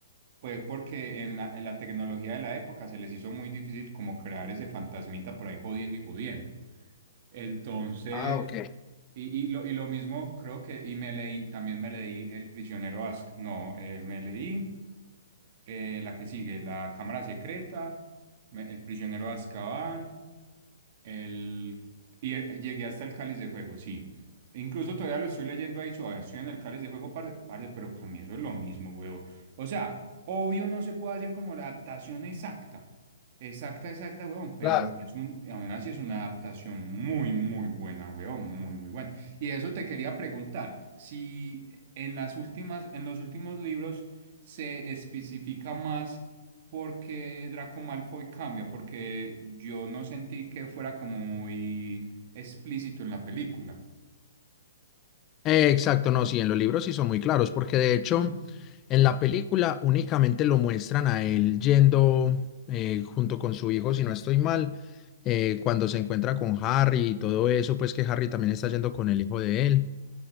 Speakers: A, on the right (about 50°); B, on the left (about 25°).
A: pues porque en la, en la tecnología de la época se les hizo muy difícil como crear ese fantasmita por ahí jodiendo y jodiendo. Entonces,
B: Ah, ok.
A: y, y, lo, y lo mismo creo que, y me leí, también me leí El prisionero Ask, no, eh, me leí eh, la que sigue, La cámara secreta, me- El prisionero de Azkaban. El, y eh, llegué hasta el Cáliz de Fuego, sí. Incluso todavía lo estoy leyendo ahí suave. Estoy en el Cáliz de Fuego, parce, parce, pero para mí eso es lo mismo, huevo. O sea, obvio no se puede hacer como la adaptación exacta. Exacta, exacta, huevón. Pero
B: claro.
A: es un, aún así es una adaptación muy, muy buena, huevón. Muy, muy buena. Y eso te quería preguntar. Si en las últimas, en los últimos libros se especifica más porque Draco Malfoy cambia, porque yo no sentí que fuera como muy explícito en la película.
B: Eh, Exacto, no, sí, en los libros sí son muy claros, porque de hecho
A: Mm.
B: en la película únicamente lo muestran a él yendo eh, junto con su hijo, si no estoy mal, eh, cuando se encuentra con Harry y todo eso, pues que Harry también está yendo con el hijo de él,